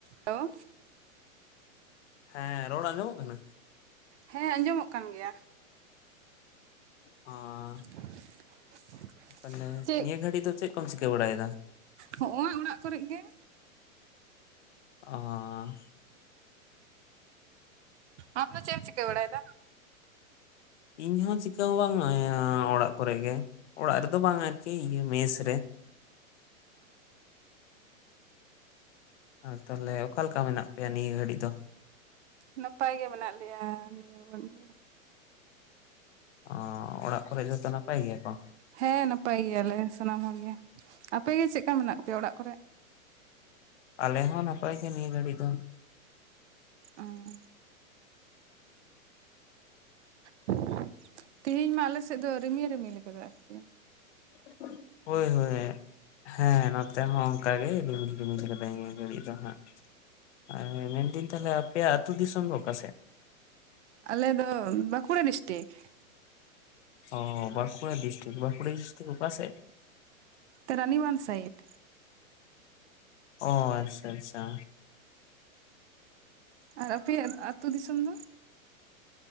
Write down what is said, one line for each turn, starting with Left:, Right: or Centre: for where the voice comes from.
Right: ᱦᱮᱞᱳ
Left: ᱦᱮᱸ ᱨᱚᱲ ᱟᱸᱡᱚᱢᱚᱜ ᱠᱟᱱᱟ?
Right: ᱦᱮᱸ ᱟᱸᱡᱚᱢᱚᱜ ᱠᱟᱱ ᱜᱮᱭᱟ ᱾
Left: ᱚᱸᱻ
Right: <unintelligible>
Left: ᱛᱟᱦᱚᱞᱮ
Right: ᱪᱮᱫ
Left: ᱱᱤᱭᱟᱹ ᱜᱷᱟᱹᱲᱤᱡ ᱫᱚ ᱪᱮᱫ ᱠᱚᱢ ᱪᱤᱠᱟᱹ ᱵᱟᱲᱟᱭᱮᱫᱟ?
Right: ᱦᱚᱜ-ᱚᱭ ᱚᱲᱟᱜ ᱠᱚᱨᱮ ᱜᱮ ᱾
Left: <unintelligible>
Right: ᱟᱢ ᱫᱚ ᱪᱮᱫ ᱪᱤᱠᱟᱹᱭ ᱵᱟᱲᱟᱭ ᱫᱟ?
Left: ᱤᱧᱦᱚ ᱪᱤᱠᱟᱹ ᱦᱚᱸ ᱵᱟᱝ ᱮᱸᱻ ᱚᱲᱟᱜ ᱠᱚᱨᱮ ᱜᱮ ᱾ ᱚᱲᱟᱜ ᱨᱮᱫᱚ ᱵᱟᱝᱟ ᱪᱮᱜ ᱤᱭᱟᱹ ᱢᱮᱥ ᱨᱮ᱾
Right: ᱚ
Left: ᱟᱨ ᱛᱟᱦᱚᱞᱮ ᱚᱠᱟ ᱞᱮᱠᱟ ᱢᱮᱱᱟᱜ ᱯᱮᱭᱟ ᱱᱤᱭᱟᱹ ᱜᱷᱟᱹᱲᱤᱡ ᱫᱚ?
Right: ᱱᱟᱯᱟᱭ ᱜᱮ ᱢᱮᱱᱟᱜ ᱞᱮᱭᱟ ᱱᱤᱭᱟᱹ ᱜᱷᱟᱲᱤᱜ ᱫᱚ ᱾
Left: ᱚᱸ ᱚᱲᱟᱜ ᱠᱚᱨᱮ ᱡᱚᱛᱚ ᱱᱟᱯᱟᱭ ᱜᱮᱭᱟ ᱠᱚ?
Right: ᱦᱮᱸ ᱱᱟᱯᱟᱭ ᱜᱮᱭᱟᱞᱮ ᱥᱟᱱᱟᱢ ᱦᱚᱲ ᱜᱮ ᱾ ᱟᱯᱮ ᱜᱮ ᱪᱮᱫ ᱞᱮᱠᱟ ᱢᱮᱱᱟᱜ ᱯᱮᱭᱟ ᱚᱲᱟᱜ ᱠᱚᱨᱮ?
Left: ᱟᱞᱮ ᱦᱚᱸ ᱱᱟᱯᱟᱭ ᱜᱮ ᱱᱤᱭᱟᱹ ᱜᱷᱟᱹᱲᱤ ᱫᱚ ᱾
Right: ᱚᱸᱻ, <unintelligible> ᱛᱮᱦᱤᱧ ᱢᱟ ᱟᱞᱮ ᱥᱮᱫ ᱫᱚ ᱨᱤᱢᱤᱞ ᱨᱤᱢᱤᱞ ᱟᱠᱟᱫᱟ, ᱟᱨ ᱜᱮ
Left: <unintelligible> ᱦᱳᱭ, ᱦᱳᱭ ᱦᱮᱸ, ᱱᱚᱛᱮ ᱦᱚᱸ ᱚᱱᱠᱟ ᱜᱮ ᱨᱤᱢᱤᱞ ᱨᱤᱢᱤᱞ ᱠᱟᱫᱟᱭ, ᱱᱤᱭᱟᱹ ᱜᱷᱟᱹᱲᱤᱡ ᱫᱚ ᱦᱟᱸᱜ ᱾ ᱟᱸᱼ ᱢᱮᱱᱫᱟᱹᱧ ᱛᱟᱦᱚᱞᱮ ᱟᱯᱮᱭᱟᱜ, ᱟᱹᱛᱩ ᱫᱤᱥᱚᱢ ᱫᱚ ᱚᱠᱟᱥᱮᱫ?
Right: ᱟᱞᱮ ᱫᱚ ᱵᱟᱸᱠᱩᱲᱟ ᱰᱤᱥᱴᱤᱠ ᱾
Left: ᱚᱼ ᱵᱟᱸᱠᱩᱲᱟ ᱰᱤᱥᱴᱤᱠ, ᱵᱟᱸᱠᱩᱲᱟ ᱰᱤᱥᱴᱤᱠ ᱚᱠᱟᱥᱮᱫ?
Right: ᱛᱨᱟᱱᱤᱵᱟᱱᱫᱷ ᱥᱟᱭᱤᱰ
Left: ᱚ, ᱟᱪᱪᱷᱟ ᱟᱪᱪᱷᱟ,
Right: ᱟᱨ ᱟᱯᱮᱭᱟᱜ, ᱟᱹᱛᱩ ᱫᱤᱥᱚᱢ ᱫᱚ?